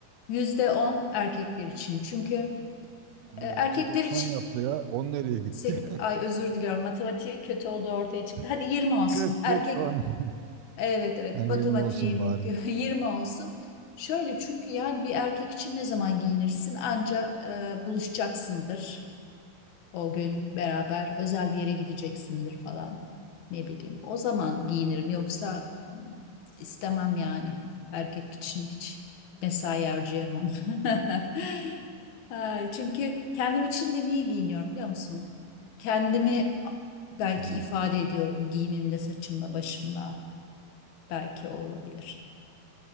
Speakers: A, on the left; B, on the right.
A: yüzde 10 erkekler için. Çünkü
B: Bunun
A: e, erkekler
B: %90
A: için
B: yaptı ya. on nereye gitti?
A: sek- ay özür diliyorum matematiğe kötü olduğu ortaya çıktı. Hadi
B: <laughs>
A: 20 olsun.
B: 40
A: Erkek
B: 40 10. <laughs>
A: evet evet
B: Ha, 20
A: matematiğimin
B: olsun bari.
A: <laughs> 20 olsun. Şöyle çünkü yani bir erkek için ne zaman giyinirsin? Anca e, buluşacaksındır. O gün beraber özel bir yere gideceksindir falan. Ne bileyim. O zaman giyinirim yoksa mm, istemem yani. Erkek için hiç mesai harcayamam. <laughs> Ay, çünkü kendim için de niye giyiniyorum biliyor musun? Kendimi belki
B: Hmm.
A: ifade ediyorum giyimimle, saçımla, başımla. Belki o olabilir.